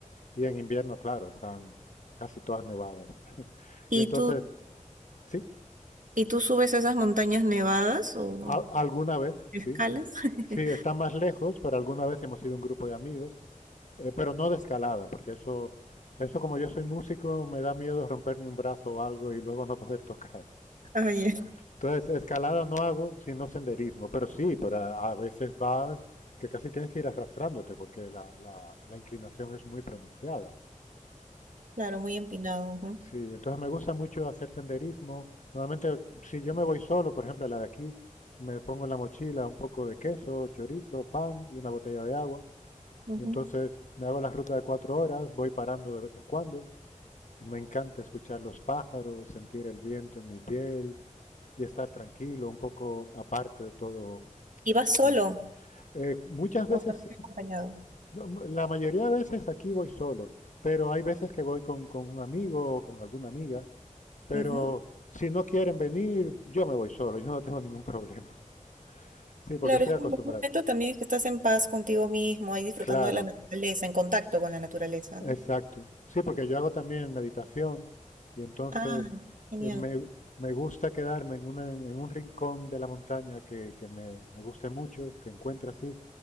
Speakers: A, on the left (about 65°); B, on the right (about 70°).
A: Y en invierno, claro, están casi todas nevadas.
B: ¿y
A: Y entonces,
B: tú,
A: sí,
B: y tú subes esas montañas nevadas o
A: al- alguna vez,
B: escalas?
A: sí, sí.
B: <laughs>
A: Sí, están más lejos, pero alguna vez hemos ido un grupo de amigos, eh, pero no de escalada, porque eso, eso como yo soy músico, me da miedo romperme un brazo o algo y luego no poder tocar.
B: Ah, ya.
A: Entonces, escalada no hago, sino senderismo, pero sí, pero a, a veces vas que casi tienes que ir arrastrándote porque la, la, la inclinación es muy pronunciada.
B: Claro, muy empinado. ujú,
A: Sí, entonces me gusta mucho hacer senderismo. Normalmente, si yo me voy solo, por ejemplo, a la de aquí, me pongo en la mochila un poco de queso, chorizo, pan y una botella de agua.
B: ujú.
A: Y entonces me hago la ruta de cuatro horas, voy parando de vez en cuando. Me encanta escuchar los pájaros, sentir el viento en mi piel y estar tranquilo, un poco aparte de todo,
B: ¿Y vas solo
A: ya, Eh, muchas veces
B: o también
A: sí.
B: acompañado?
A: No, m- La mayoría de veces aquí voy solo, pero hay veces que voy con, con un amigo o con alguna amiga, pero
B: Ujú.
A: si no quieren venir, yo me voy solo, yo no tengo ningún problema. <laughs> Sí, porque
B: Claro,
A: estoy
B: es
A: acostumbrado.
B: como un momento también que estás en paz contigo mismo, ahí disfrutando
A: Claro,
B: de la naturaleza, en contacto con la naturaleza,
A: Exacto.
B: ¿no?
A: Sí, porque yo hago también meditación y entonces
B: Ah, genial.
A: eh, me, me gusta quedarme en, una- en un rincón de la montaña que, que me, me guste mucho, que encuentre así.